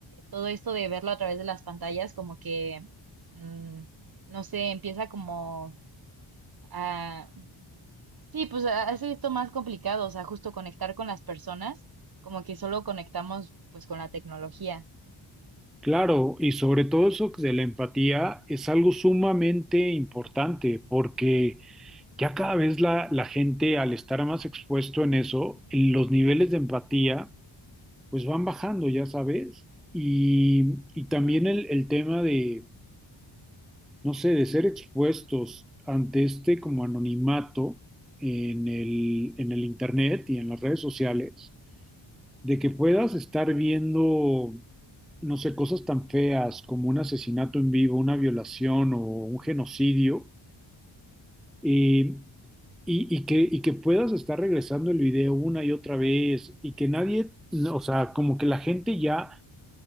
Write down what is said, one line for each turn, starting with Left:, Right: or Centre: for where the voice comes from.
Right: todo esto de verlo a través de las pantallas como que... mm, no sé, empieza como Ah, sí, pues hace esto más complicado, o sea, justo conectar con las personas, como que solo conectamos pues con la tecnología,
Centre: Claro, y sobre todo eso de la empatía es algo sumamente importante porque ya cada vez la, la gente al estar más expuesto en eso, los niveles de empatía pues van bajando, ya sabes. Y, y también el, el tema de, no sé, de ser expuestos ante este como anonimato en el, en el internet y en las redes sociales de que puedas estar viendo, no sé, cosas tan feas como un asesinato en vivo, una violación o un genocidio, eh, y, y que, y que puedas estar regresando el video una y otra vez, y que nadie, no, o sea, como que la gente ya